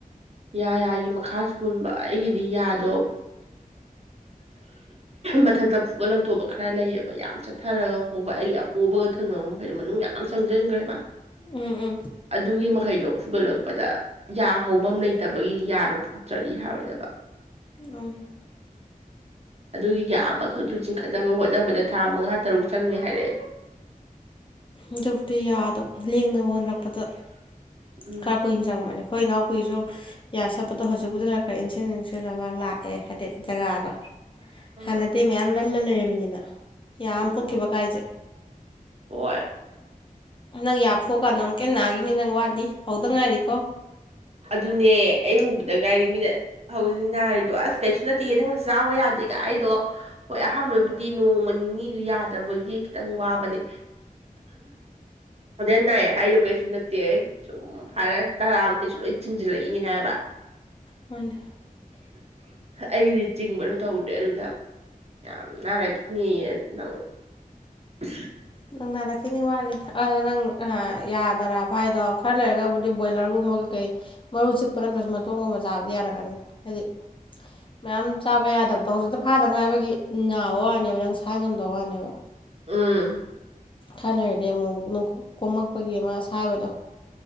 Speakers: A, on the right; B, on the left.
A: ꯌꯥ ꯌꯥꯒꯤ ꯃꯈꯥꯁꯨ ꯄꯨꯟꯕ ꯑꯩꯒꯤꯗꯤ ꯌꯥꯗꯣ ꯃꯊꯛꯇ ꯐꯨꯒꯠꯂꯛꯇꯣꯕ ꯈꯔ ꯂꯩꯌꯦꯕ ꯌꯥꯝ ꯆꯠꯊꯔꯒ ꯍꯧꯕ ꯑꯩ ꯑꯄꯣꯕꯒ ꯊꯪꯅꯕ ꯃꯈꯩꯗꯣ ꯃꯅꯨꯡ ꯌꯥꯝ ꯌꯥꯝ ꯆꯪꯖꯟꯒꯔꯦꯕ
B: ꯎꯝ ꯎꯝ
A: ꯑꯗꯨꯒꯤ ꯃꯈꯩꯗꯣ ꯐꯨꯒꯠꯂꯛꯄꯗ ꯌꯥ ꯍꯧꯕꯝ ꯂꯩꯇꯕꯒꯤ ꯌꯥꯗꯣ ꯐꯨꯛꯇ꯭ꯔꯗꯤ ꯌꯥꯔꯣꯏꯗꯕ
B: ꯑꯣ
A: ꯑꯗꯨꯒꯤ ꯌꯥ ꯑꯃꯈꯛꯇꯨ ꯆꯤꯡꯈꯠꯅꯕ ꯍꯣꯠꯅꯕꯗ ꯊꯥ ꯃꯉꯥ ꯇꯔꯨꯛ ꯆꯪꯅꯤ ꯍꯥꯏꯔꯛꯑꯦ
B: ꯑꯗꯨꯕꯨꯗꯤ ꯌꯥꯗꯣ ꯂꯦꯡꯅꯕ ꯍꯣꯠꯅꯔꯛꯄꯗ
A: ꯎꯝ
B: ꯈꯔ ꯀꯨꯏꯅ ꯆꯪꯕꯅꯦ ꯑꯩꯈꯣꯏ ꯏꯅꯥꯎꯄꯤꯁꯨ ꯌꯥ ꯁꯠꯄꯗꯣ ꯍꯧꯖꯤꯛꯄꯨꯗꯤ ꯈꯔ ꯈꯔ ꯏꯟꯁꯤꯟ ꯏꯟꯁꯤꯜꯂꯒ ꯂꯥꯛ ꯑꯦ ꯍꯥꯏꯗꯤ ꯖꯒꯥꯗꯣ
A: ꯎꯝ
B: ꯍꯥꯟꯅꯗꯤ ꯃꯌꯥꯝ ꯂꯜꯂ ꯂꯩꯔꯝꯃꯤꯅꯤꯅ ꯌꯥ ꯑꯝ
A: ꯎꯝ
B: ꯐꯨꯛꯈꯤꯕ ꯀꯥꯏꯁꯦ
A: ꯍꯣꯏ
B: ꯅꯪ ꯌꯥ ꯐꯨꯛꯑ ꯀꯥꯟꯗ ꯑꯃꯨꯛ ꯀ ꯍꯦꯟꯅ ꯅꯥꯒꯤꯅꯤ ꯅꯪ ꯋꯥꯠꯂꯤ ꯍꯧꯗ ꯉꯥꯏꯔꯤꯀꯣ
A: ꯑꯗꯨꯅꯦ ꯑꯩ ꯍꯧꯕꯗ ꯉꯥꯏꯔꯤ ꯃꯤꯅ ꯍꯧꯖꯤꯛ ꯅꯥꯔꯤꯗꯣ ꯑꯁ ꯀꯩꯁꯨ ꯅꯠꯇꯦ ꯅꯪꯅ ꯆꯥꯕ ꯌꯥꯗꯦꯒ ꯍꯥꯏꯗꯣ ꯍꯣꯏ ꯑꯍꯥꯟꯕꯗꯕꯨꯗꯤ ꯅꯣꯡꯃ ꯅꯤꯅꯤ ꯌꯥꯗꯕꯒꯤ ꯈꯤꯇꯪ ꯋꯥꯕꯅꯦ ꯑꯧꯗ ꯅꯥꯏ ꯍꯥꯏꯗꯣ ꯀꯩꯁꯨ ꯅꯠꯇꯦ ꯁꯨꯝ ꯐꯔ ꯇꯔꯥ ꯃꯈꯩꯁꯨ ꯂꯣꯏ ꯆꯤꯡꯖꯤꯜꯂꯛꯏꯅꯤ ꯍꯥꯏꯕ
B: ꯃꯅꯦ
A: ꯑꯩꯒꯤꯗꯤ ꯆꯤꯡꯕꯗꯨ ꯇꯧꯗꯦ ꯑꯗꯨꯗ ꯌꯥꯝ ꯅꯥꯔꯛꯈꯤꯅꯦꯌꯦ ꯅꯪ <unintelligible>
B: ꯅꯪ ꯅꯥꯔꯛꯈꯤꯅꯤ ꯋꯥꯠꯂꯤ ꯑ ꯅꯪ ꯑ ꯌꯥꯗꯔꯥ ꯐꯥꯏꯗꯣ ꯈꯔ ꯂꯩꯔꯒꯕꯨ ꯍꯥꯏꯗꯤ ꯕꯣꯏꯂꯔꯒꯨꯝꯕ ꯀꯩ ꯀꯩ ꯃꯔꯨ ꯆꯤꯛꯄ ꯅꯠꯇ꯭ꯔꯁꯨ ꯃꯇꯣꯡꯒꯨꯝꯕ ꯆꯥꯕꯗꯤ ꯌꯥꯔꯛꯒꯅꯤꯗ ꯍꯥꯏꯗꯤ ꯃꯌꯥꯝ ꯆꯥꯕ ꯌꯥꯗꯕꯗꯣ ꯍꯧꯖꯤꯛꯇ ꯐꯥꯗ ꯉꯥꯏꯕꯒꯤ ꯅꯥꯕ ꯋꯥꯅꯦꯕ ꯅꯪ ꯁꯥꯏ ꯉꯝꯗꯕ ꯋꯥꯅꯦꯕ
A: ꯎꯝ
B: ꯈꯔ ꯂꯩꯔꯗꯤ ꯑꯃꯨꯛ ꯀꯣꯝꯃꯛꯄꯒꯤ ꯑꯃ ꯁꯥꯏꯕꯗꯣ